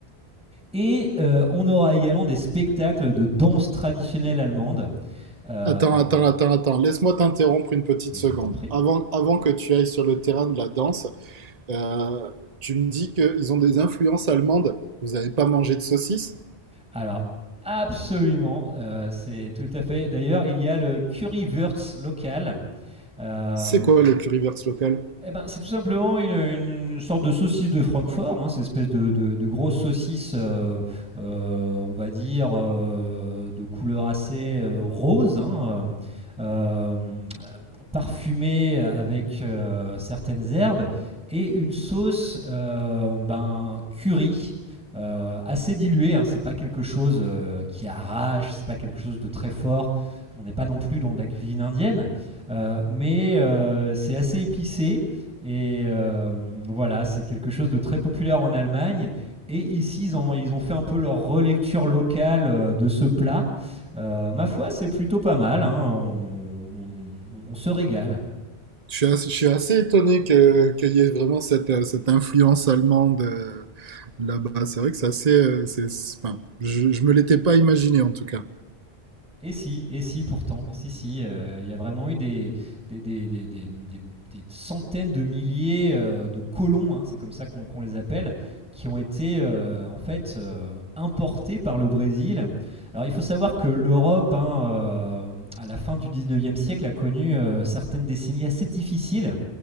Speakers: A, in the centre; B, on the right.
A: Et euh, on aura également des spectacles de danse traditionnelle allemande. Euh,
B: Attends, attends, attends, attends. Laisse-moi t'interrompre une petite
A: Mais
B: seconde.
A: je t'en prie.
B: Avant, avant que tu ailles sur le terrain de la danse, euh, tu me dis qu'ils ont des influences allemandes. Vous n'avez pas mangé de saucisses?
A: Alors, absolument, euh, c'est tout à fait. D'ailleurs, il y a le currywurst local. Euh,
B: C'est quoi les currywurst locales?
A: Eh ben, c'est tout simplement une, une sorte de saucisse de Francfort, hein, cette espèce de, de, de grosse saucisse, euh, euh, on va dire, euh, de couleur assez euh, rose, hein, euh, euh, parfumée avec euh, certaines herbes, et une sauce euh, ben, curry. euh, assez diluée, hein, c'est pas quelque chose euh, qui arrache, c'est pas quelque chose de très fort. On n'est pas non plus dans de la cuisine indienne, euh, mais euh, c'est assez épicé et euh, voilà, c'est quelque chose de très populaire en Allemagne. Et ici, ils ont, ils ont fait un peu leur relecture locale euh, de ce plat. Euh, ma foi, c'est plutôt pas mal. hein. On, on- on se régale.
B: Je suis assez, je suis assez étonné que, qu'il y ait vraiment cette, euh, cette influence allemande euh, là-bas. C'est vrai que c'est assez... euh, c'est, c'est- enfin, je, je me l'étais pas imaginé en tout cas.
A: Et si, et si pourtant, et si, si, euh, il y a vraiment eu des, des, des, des, des- des- des centaines de milliers euh, de colons, hein, c'est comme ça qu'on qu'on les appelle, qui ont été euh, en fait euh, importés par le Brésil. Alors il faut savoir que l'Europe, hein, euh, à la fin du 19e siècle, a connu euh, certaines décennies assez difficiles.